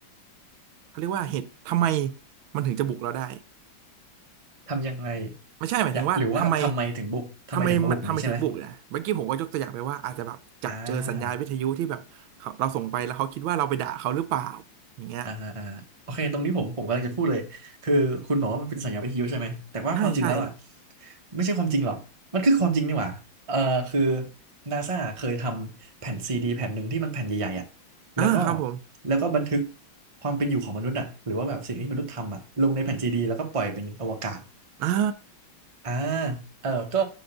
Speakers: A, on the right; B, on the right.
A: เขาเรียกว่าเหตุทำไมมันถึงจะบุกเราได้
B: ทำยังไง
A: ไม่ใช่หมายถึงว่าทำไม
B: อยากหรือว่าทำไมถึงบุกทำไมถึงมาบุกอย่างนี้ใช่ไหม
A: ทำไมมันทำไมถึงบุกนะเมื่อกี้ผมก็ยกตัวอย่างไปว่าอาจจะแบบจับเจอสัญญาณวิทยุที่แบบเขาเราส่งไปแล้วเขาคิดว่าเราไปด่าเขาหรือเปล่า
B: อ่า
A: อย่างเงี้ย
B: อ่าฮะอ่าฮะโอเคตรงนี้ผมผมกำลังจะพูดเลยคือคุณบอกว่ามันเป็นสัญญาวิทยุใช่ไหมแต่ว่าความจริงแล้วอ่ะ
A: ใช่ใช่
B: ไม่ใช่ความจริงหรอกมันคือความจริงนี่หว่าเออคือนาซาเคยทำแผ่นซีดีแผ่นหนึ่งที่มันแผ่นใหญ่ๆอ่ะ
A: อ่าครับผม
B: แล้วก็แล้วก็บันทึกความเป็นอยู่ของมนุษย์อ่ะหรือว่าแบบสิ่งที่มนุษย์ทำอ่ะลงในแผ่นซีดีแล้วก็ปล่อยเป็นอวกาศ
A: อ่า
B: อ่าเออก็